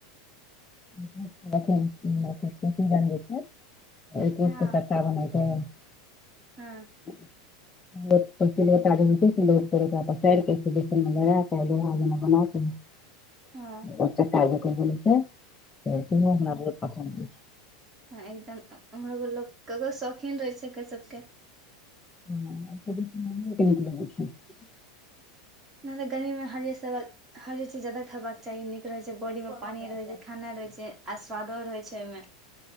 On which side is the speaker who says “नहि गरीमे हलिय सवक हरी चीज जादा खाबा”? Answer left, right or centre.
Right